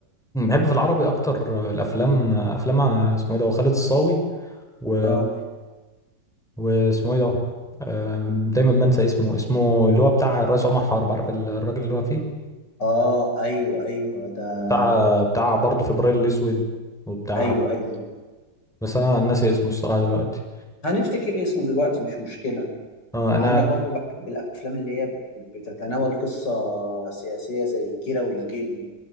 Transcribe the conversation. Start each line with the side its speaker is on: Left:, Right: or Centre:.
Centre: بحب في العربي اكتر الافلام افلام اسمه ايه ده هو خالد الصاوي و...
Left: اه
Centre: واسمه ايه ده آم، دايما بنسى اسمه اسمه اللي هو بتاع الرئيس عمر حرب عارف ال- الراجل اللي هو فيه
Left: اه ايوه ايوه ده
Centre: بتاع بتاع برضه فبراير الاسود وبتاع
Left: ايوه ايوه
Centre: بس انا ناسي اسمه الصراحه دلوقتي
Left: هنفتكر اسمه دلوقتي مش مشكله
Centre: اه انا
Left: عندك برضو بحب الافلام اللي هي ب- بتتناول قصه سياسيه زي الكيرة والجن